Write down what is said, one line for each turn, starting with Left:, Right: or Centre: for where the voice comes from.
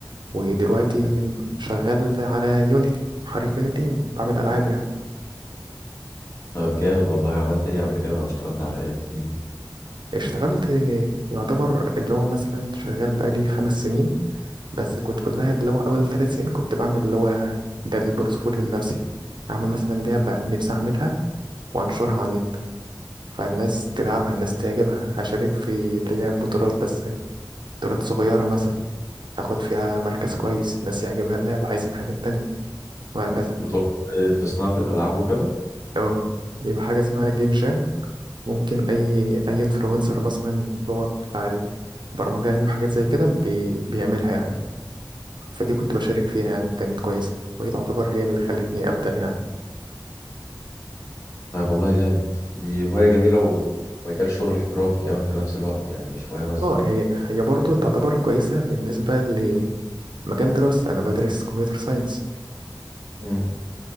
Right: ودلوقتي
Left: أوكي.
Right: شغال على يونيتي محرك يونيتي وبعمل ألعاب يعني
Left: طب جامد والله عملت إيه قبل كده أو اشتغلت على إيه احكيلي
Right: اشتغلت يعتبر اللي هو مثلا شغال بقالي خمس سنين بس كنت كلها اللي هو أول ثلاث سنين كنت بعمل اللي هو ده البورتفوليو النفسي أعمل مثلا لعبة نفسي أعملها وأنشرها على النت فالناس تلعبها الناس تعجبها أشارك في اللي هي بطولات بس بطولات صغيرة مثلا أخد فيها مركز كويس الناس يعجبها اللعبة عايزة حاجات تانية وهكذا
Left: بطولة في صناعة الألعاب وكده
Right: اه يبقى حاجة اسمها جيم جام ممكن أي أي انفلونسر مثلا اللي هو بتاع البرمجة يعني وحاجات زي كده بي... بيعملها يعني فدي كنت بشارك فيها يعني وكانت كويسة وهي تعتبر هي اللي خلتني أبدأ يعني
Left: طيب والله جامد دي هواية جميلة ومجال شغل احترافي كمان في نفس الوقت يعني مش هواية بس
Right: اه هي هي برضه تعتبر كويسة بالنسبة لمجال دراستي أنا بدرس كمبيوتر ساينس
Left: امم